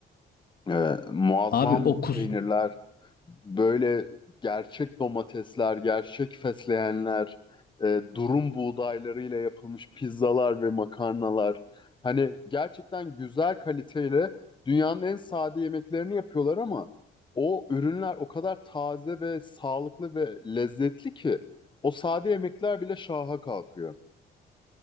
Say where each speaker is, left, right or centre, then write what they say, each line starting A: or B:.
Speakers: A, on the left (about 25°); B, on the left (about 50°).
A: Ee, muazzam
B: Abi o kus...
A: peynirler, böyle gerçek domatesler, gerçek fesleğenler, e, durum buğdaylarıyla yapılmış pizzalar ve makarnalar. Hani gerçekten güzel kaliteyle dünyanın en sade yemeklerini yapıyorlar ama o ürünler o kadar taze ve sağlıklı ve lezzetli ki o sade yemekler bile şaha kalkıyor.